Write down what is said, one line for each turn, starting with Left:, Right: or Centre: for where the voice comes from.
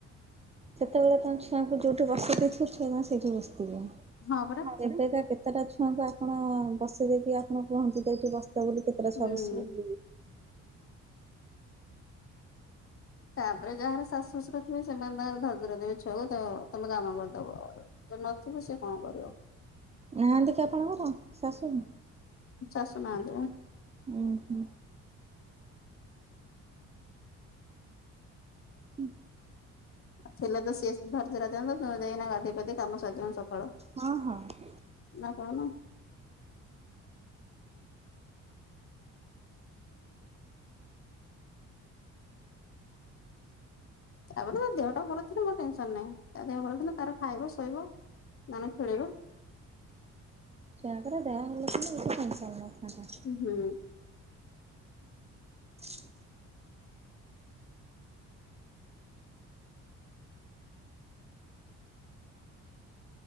Right: ସେତେବେଳେ ତାଙ୍କ ଛୁଆଙ୍କୁ ଯୋଉଠି ବସେଇ ଦେଇଥିବେ ଛୁଆ ମାନେ ସେଇଠି ବସିଥିବେ।
Left: ହଁ ପରା।
Right: ଏବେକା କେତେଟା ଛୁଆଙ୍କୁ ଆପଣ ବସେଇ ଦେଇକି ଆପଣ କୁହନ୍ତୁ ତଇଠି ବସ୍ତା ବୋଳିକ। କେତେଟା
Left: ହୁଁ।
Right: ଛୁଆ ବସିବେ।
Left: ତାପରେ ଯାହାର ଶାଶୁ ଶ୍ୱଶୁରଥିବ ସେମାନେ ତାଙ୍କର ଧରି ଧୁରା ଦେବେ ଛୁଆକୁ ତମେ କାମ କରିଦବ। ଯିଏ ନଥିବ ସେ କଣ କରିବ।
Right: ନାହାନ୍ତି କି ଆପଣଙ୍କର ଶାଶୁ?
Left: ଶାଶୁ ନାହାନ୍ତିପା
Right: ଉ ହୁଁ। ହୁଁ।
Left: ଆଉ ଥିଲେ ତ ସିଏ ଧରି ଧୂରା ଦିଅନ୍ତେ ତମେ ଯାଇକିନା ଗାଧୋଇ ପାଧୋଇ କାମ ସାରି ଦିଆନ୍ତ୍ ସକାଳ
Right: ହଁ ହଁ।
Left: ନା କଣ? ତାପରେ ଦେହଟା ଭଲ ଥିଲା ମୋର ଟେନସନ ନାହିଁ ତା ଦେହ ଭଲ ଥିଲା ତାର ଖାଇବ ଶୋଇବ ନ ହେଲେ ଖେଳିବ।
Right: ସେୟା ପରା ଦେହ ଭଲ ଥିଲେ ଗୋଟେ ଟେନସନ୍ ନାହିଁ କାହାର
Left: ହୁଁ
Right: <inaudible>